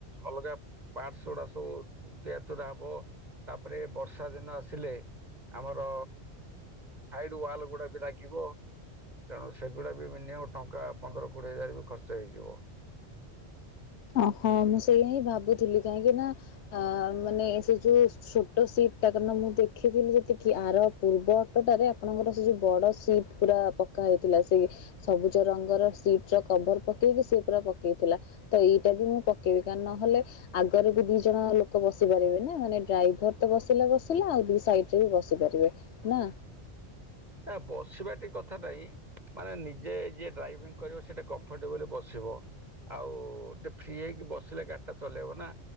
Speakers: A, on the right (about 40°); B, on the left (about 80°).
A: ଅଲଗା ପାର୍ଟସ ଗୁଡା ସବୁ ତିଆରି ରା ହବ ତାପରେ ବର୍ଷା ଦିନ ଆସିଲେ ଆମର ସାଇଡ ୱାଲ ଗୁଡା ବି ଲାଗିବ। ତେଣୁ ସେଗୁଡ଼ା ବି ମିନିମମ୍ ଟଙ୍କା ପନ୍ଦର କୋଡ଼ିଏ ହଜାର ବି ଖର୍ଚ୍ଚ ହେଇଯିବ।
B: ଓହୋ ମୁଁ ସେଇଆ ହିଁ ଭାବୁଥିଲି କାହିଁକି ନା ଅ ମାନେ ସେ ଯୋଉ ଛୋଟ ସିଟ୍ଟା କାରଣ ମୁଁ ଦେଖିଥିଲି ଯେତିକି ଆର ପୂର୍ବ ଅଟୋଟାରେ ଆପଣଙ୍କର ସେ ଯେଉଁ ବଡ଼ ସିଟ୍ ପୁରା ପକ୍କା ହେଇଥିଲା ସେ ବି ସବୁଜ ରଙ୍ଗର ସିଟ ର କଭର ପକେଇକି ସେ ପୁରା ପକେଇଥିଲା। ତ ଏଇଟା ବି ମୁଁ ପକେଇବି କାଣ ନହେଲେ ଆଗରେ ବି ଦି ଜଣ ଲୋକ ବସି ପାରିବେ ନା ମାନେ ଡ୍ରାଇଭର ତ ବସିଲା ବସିଲା ଆଉ ଦି ସାଇଡ ରେ ବି ବସି ପାରିବେ। ନା
A: ନା ବସିବା ଟି କଥା ନାଇଁ। ମାନେ ନିଜେ ଯିଏ ଡ୍ରାଇଭିଂ କରିବ ସେଇଟା କମ୍ଫର୍ଟେବଲି ବସିବ। ଆଉ ଗୋଟେ ଫ୍ରି ହେଇକି ବସିଲେ ଗାଡି ଟା ଚଲେଇବ ନା।